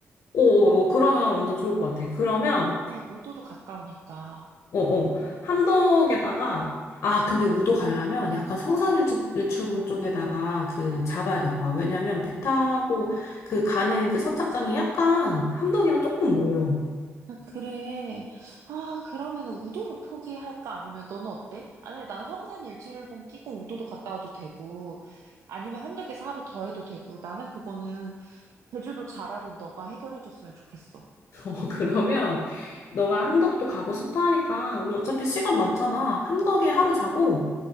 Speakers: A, on the left; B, on the right.
A: 오, 오, 오. 그러면 완전 좋을 것 같아. 그러면,
B: 어, 우도도 가까우니까.
A: 어, 어. 함덕에다가, 아, 근데 우도 가려면 약간 성산일출봉 쪽에다가 그 잡아야 될 거야. 왜냐면 배 타고 그 가는 그 선착장이 약간 함덕이랑 조금 멀어. <laughs>
B: 아, 그래. 아, 그러면은 우도를 포기할까? 아니면 너는 어때? 아니면 나는 성산 일출봉 끼고 우도도 갔다 와도 되고, 아니면 함덕에서 하루 더 해도 되고, 나는 그거는 제주도 차라리 너가 해결해줬으면 좋겠어.
A: 어, 그러면 너가 함덕도 가고 싶어 하니까 우리 어차피 시간 많잖아. 함덕에 하루 자고